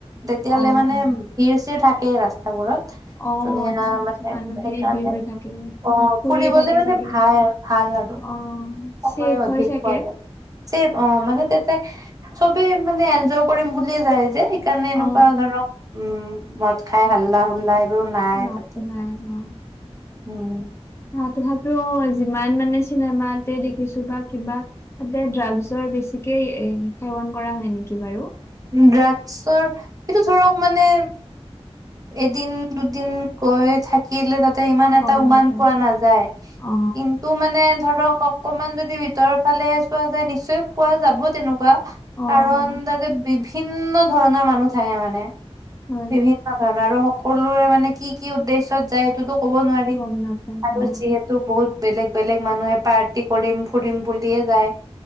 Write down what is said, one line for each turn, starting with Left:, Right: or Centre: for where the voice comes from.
Right: তেতিয়ালে
Left: অ
Right: মানে
Left: অ
Right: <unintelligible> থাকে ৰাস্তাবোৰত
Left: অ
Right: ধুনীয়া
Left: আচ্ছা
Right: মানে
Left: আচ্ছা মানুহখিনি
Right: সেইকাৰণে
Left: ভিৰ হৈ থাকে
Right: অ
Left: ফুৰিয়ে
Right: ফুৰিবলে
Left: থাকে
Right: মানে
Left: চাগে
Right: ভাই আৰু ভাল
Left: অ
Right: সময়
Left: চেফ
Right: অধিক
Left: হয় চাগে
Right: পোৱা যায় চে অ মানে তাতে চবে মানে এনজয় কৰিম বুলিয়ে যায় যে সেইকাৰণে
Left: অ
Right: এনেকুৱা ধৰক উম মদ খাই হাল্লা হুল্লা নাই
Left: ন
Right: তাতে
Left: নাই অ
Right: উম
Left: আ, তথাপিও যিমান মানে চিনেমাতে দেখিছো বা কিবা তাতে ড্ৰাগছৰ বেছি সেই এ সেৱন কৰা হয় নেকি বাৰু
Right: ড্ৰাগছৰ এইটো ধৰক মানে এদিন দুদিন গৈ থাকিলে তাত ইমান
Left: গম
Right: এটা উমান
Left: নাপায়
Right: পোৱা নাযায়
Left: অ
Right: কিন্তু মানে ধৰক অকমান যদি ভিতৰৰ ফালে চোৱা যায় নিশ্চয় পোৱা যাব তেনেকুৱা কাৰণ
Left: অ অ
Right: তাতে বিভিন্ন ধৰণৰ মানুহ থাকে মানে
Left: হয়
Right: বিভিন্ন ধৰণৰ আৰু সকলোৰে মানে কি কি উদেশ্যত যায় এইটোতো ক'ব নোৱাৰি
Left: গম নাপায়
Right: আৰু
Left: অ
Right: যিহেতু বহুত বেলেগ বেলেগ মানুহে পাৰ্টি কৰিম ফুৰিম বুলিয়ে যায়